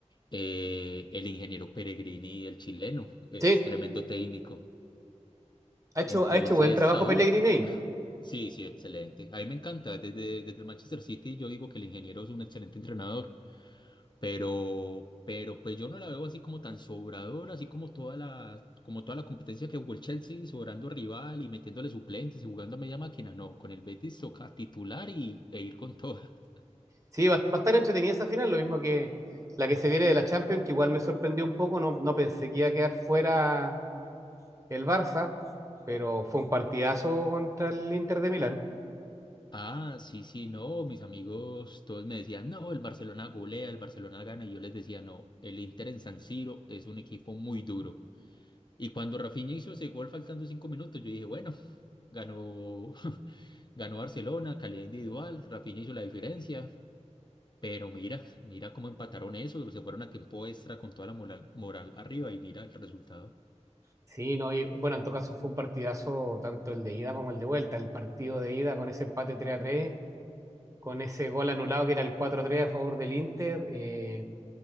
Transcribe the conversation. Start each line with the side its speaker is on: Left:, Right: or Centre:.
Left: Eh, el ingeniero Peregrini, el chileno, es
Right: Sí,
Left: tremendo técnico.
Right: ha hecho,
Left: Entonces
Right: ha hecho buen trabajo
Left: está duro.
Right: Pellegrini. ahí.
Left: Sí, sí, excelente. A mí me encanta. Desde, desde el Manchester City yo digo que el ingeniero es un excelente entrenador, pero, pero pues yo no la veo así como tan sobradora, así como toda la, como toda la competencia que jugó el Chelsea, sobrando rival y metiéndole suplentes y jugando a media máquina. No, con el Betis toca titular y, e ir con toda. <laughs>
Right: Sí, va, va a estar entretenida esa final, lo mismo que la que se viene de la Champions, que igual me sorprendió un poco. No, no pensé que iba a quedar fuera el Barça, pero fue un partidazo contra el Inter de Milán.
Left: Ah, sí, sí, no, mis amigos todos me decían, no, el Barcelona golea, el Barcelona gana, y yo les decía, no, el Inter en San Siro es un equipo muy duro. Y cuando Rafinha hizo ese gol faltando cinco minutos, yo dije, bueno, ganó, <laughs> ganó Barcelona, calidad individual, Rafinha hizo la diferencia. Pero mira, mira cómo empataron eso, se fueron a tiempo extra con toda la moral, moral arriba y mira el resultado.
Right: Sí, no, y, bueno, en todo caso fue un partidazo tanto el de ida como el de vuelta. El partido de ida con ese empate 3 a tres. con ese gol anulado que era el cuatro tres a favor del Inter, eh,